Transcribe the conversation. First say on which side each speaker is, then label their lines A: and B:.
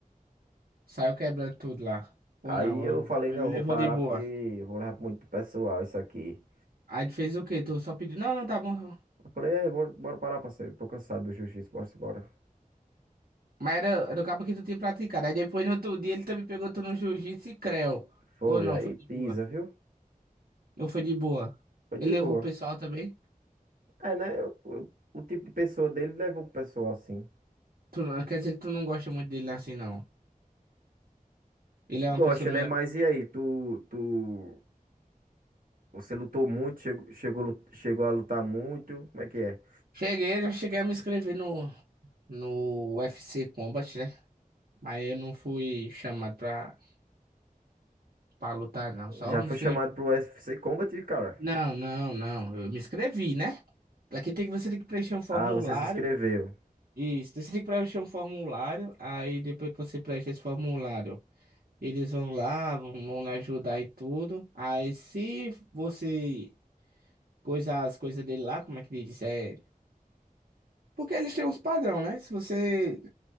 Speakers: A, on the right; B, on the right.
A: Saiu quebrando tudo lá. Ou
B: Aí
A: não,
B: eu
A: eu-
B: falei,
A: ele
B: não, eu vou
A: levou
B: parar
A: de boa.
B: porque eu vou levar pro muito pessoal isso aqui.
A: Aí tu fez o quê? Tu só pediu, não, não, tá bom. tá bom."
B: Eu falei, é, bora, bora parar, parceiro. Tô cansado do jiu-jitsu, bora embora.
A: Mas era, era o cabo que tu tinha praticado. Aí depois no outro dia ele também pegou tu no jiu-jitsu e creu.
B: Foi,
A: Ou não,
B: aí
A: foi de
B: pisa,
A: boa.
B: viu?
A: Ou foi de boa.
B: Foi
A: Ele
B: de
A: levou
B: boa.
A: o pessoal também.
B: É, né? eu- eu- o tipo de pessoa dele levou pro pessoal, assim.
A: Tu, não- quer dizer que tu não gosta muito dele assim, não. Ele é
B: Gosto,
A: uma pessoa meio.
B: né? Mas e aí, tu, tu Você lutou muito, chegou, chegou, lu- chegou a lutar muito. Como é que é?
A: Cheguei, já cheguei a me inscrever no, no UFC Combat, né? Mas eu não fui chamado pra. Pra lutar, não. Só
B: Já
A: eu me
B: foi
A: inscrevi.
B: chamado pro UFC Combat, cara?
A: Não, não, não. Eu me inscrevi, né? Aqui tem que você tem que preencher um formulário.
B: Ah, você se inscreveu.
A: Isso, você tem que preencher um formulário. Aí depois que você preenche esse formulário, eles vão lá, vão, vão lhe ajudar e tudo. Aí se você coisar as coisas dele lá, como é que ele diz? É... Porque eles têm uns padrão, né? Se você